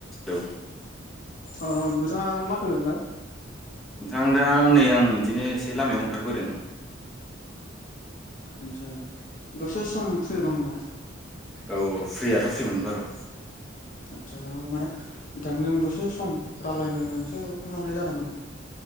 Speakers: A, in the centre; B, on the left.
A: Hello
B: औ औ नोंथाङा मा खालायदों मोन्थाय?
A: नोंथां दा नै आं बिदिनो एसे लामायाव ओंखारबोदों।
B: आदसा दसे सम फ्रि दं नोङा?
A: औ फ्रियाथ' फ्रि मोन बारु।
B: आदसा आं माने बिथांजों दसे सम रालायनो होननानैसो फन हरनाय जादोंमोन।